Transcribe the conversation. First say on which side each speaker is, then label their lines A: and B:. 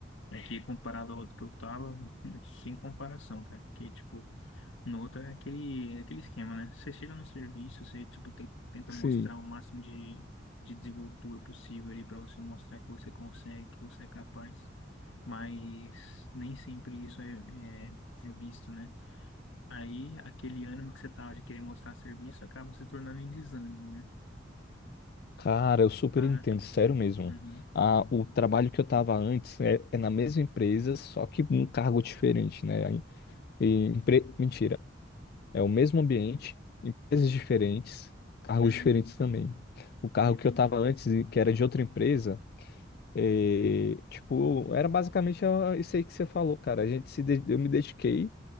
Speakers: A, on the left; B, on the left.
A: Aqui, comparado ao outro que eu tava, <laughs> sem comparação, cara, que, tipo, No outro é aquele, é aquele esquema, né? Você chega no serviço, você, tipo, te- tenta
B: Sim.
A: mostrar o máximo de, de desenvoltura possível ali para você mostrar que você consegue, que você é capaz, mas nem sempre isso é, é, é visto, né? Aí, aquele ânimo que você tava de querer mostrar serviço acaba se tornando em desânimo, né?
B: Cara, eu super
A: Ah,
B: entendo, sério mesmo.
A: uhum,
B: Ah, o trabalho que eu estava antes é, é na mesma empresa, só que um cargo diferente, né? E, empre- Mentira, é o mesmo ambiente, empresas diferentes, cargos
A: uhum,
B: diferentes também. O cargo
A: entendi.
B: que eu estava antes, e que era de outra empresa, eh, tipo, era basicamente ah, isso aí que você falou, cara. A gente se, de- eu me dediquei